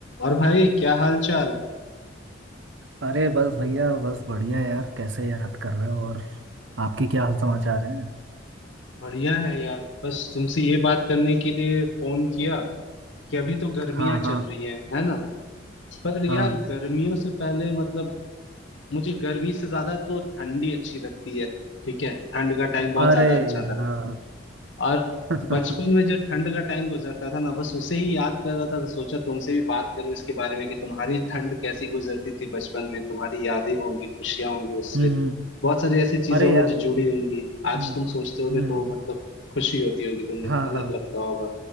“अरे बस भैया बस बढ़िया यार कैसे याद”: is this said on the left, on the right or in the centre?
Right